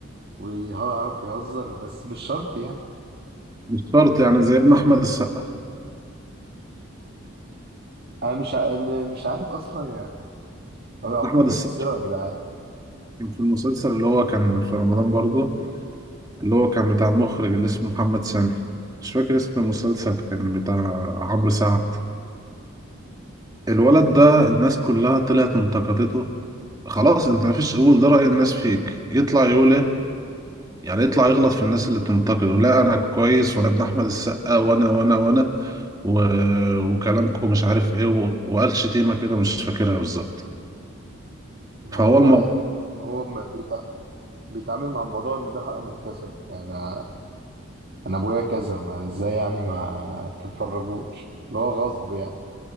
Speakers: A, on the right; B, on the right.
A: ويعرف يهزر بس مش شرط يعني
B: مش شرط يعني زي ابن احمد السقا
A: انا مش ع- م- مش عارف اصلا يعني ما بيعرفوش
B: احمد السقا
A: يمثلوا يا جدعان
B: كان في المسلسل اللي هو كان في رمضان برضه اللي هو كان بتاع المخرج اللي اسمه محمد سامي مش فاكر اسم المسلسل كان بتاع عمرو سعد الولد ده الناس كلها طلعت انتقدته خلاص انت مفيش قول ده رأي الناس فيك يطلع يقول ايه يعني يطلع يغلط في الناس اللي بتنتقده لا انا كويس وانا ابن احمد السقا وانا وانا وانا و... وكلامكم مش عارف ايه و... وقال شتيمة كده مش فاكرها بالظبط
A: ما
B: فهو
A: هو
B: الموضوع
A: هو ما بيتع- بيتعامل مع الموضوع ان ده حق مكتسب يعني انا ابويا كذا ما ازاي يعني ما تتفرجوش اللي هو غصب يعني